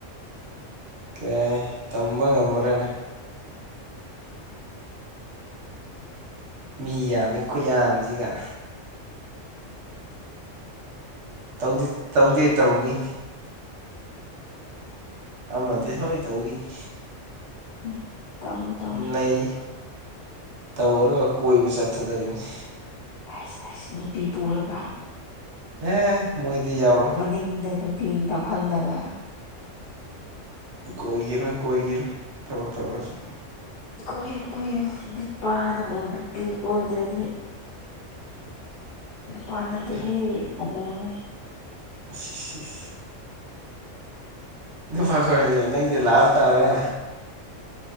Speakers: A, on the right; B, on the left.
A: ꯀꯩ ꯇꯝꯕ ꯉꯝꯕ꯭ꯔꯥꯅ ꯃꯤ ꯌꯥꯝꯃꯤ ꯈꯨꯌꯥꯝꯁꯤꯒ ꯇꯧꯗꯦ ꯇꯧꯈꯤꯅꯤ ꯑꯃꯗꯤ ꯁꯣꯏ ꯇꯧꯒꯤꯅꯤ
B: ꯎꯝ ꯇꯧ ꯇꯧ
A: ꯅꯩ ꯇꯧꯔ ꯀꯣꯏ ꯆꯠꯊꯗꯔꯤꯕꯅꯤ
B: ꯑꯩꯁ ꯑꯩꯁ ꯅꯨꯄꯤ ꯄꯨꯔꯒ
A: ꯑꯦ ꯃꯣꯏꯗꯤ ꯌꯥꯎꯔꯣꯏ
B: ꯃꯅꯤꯡꯗ ꯅꯨꯄꯤ ꯅꯝꯍꯜꯂꯒ
A: ꯀꯣꯏꯒꯤꯔꯣꯏ ꯀꯣꯏꯒꯤꯔꯣꯏ ꯊꯕꯛ ꯇꯧꯔꯁꯨ꯫
B: ꯀꯣꯏꯌꯨ ꯀꯣꯏꯌꯨ ꯅꯤꯄꯥꯅꯕꯨ ꯅꯨꯄꯤ ꯀꯣꯏꯗ꯭ꯔꯗꯤ ꯅꯨꯄꯥꯅꯠꯇꯦꯍꯦ
A: ꯑꯦ
B: ꯑꯃꯧꯅꯦ꯫
A: ꯏꯁ ꯏꯁ ꯏꯁ ꯅꯨꯄꯥ ꯈꯣꯏꯕꯅꯤ ꯅꯪꯗꯤ ꯂꯥꯛ ꯇꯥꯔꯦ꯫